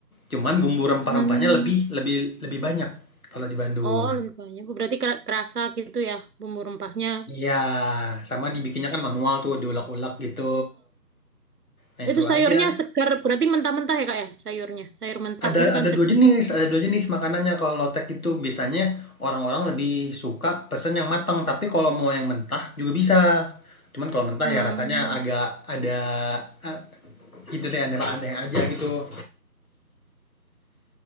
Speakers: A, on the left; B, on the right.
A: Cuman bumbu rempah-rempahnya
B: Hmm,
A: lebih lebih lebih banyak kalau di Bandung.
B: oh lebih banyak. Berarti kera- kerasa gitu ya bumbu rempahnya.
A: Iya, sama dibikinnya kan manual tuh, diulek-ulek gitu. Nah, itu
B: Itu sayurnya
A: aja.
B: segar, berarti mentah-mentah ya kak ya sayurnya. Sayur mentah
A: Ada
B: gitu kan
A: ada dua
B: segar.
A: jenis ada 2 jenis makanannya kalau lotek itu biasanya orang-orang lebih suka pesen yang matang. tapi kalau mau yang mentah juga bisa. Cuman kalau mentah
B: Hmm.
A: ya rasanya agak ada, eee, gitu deh aneh-aneh aja gitu.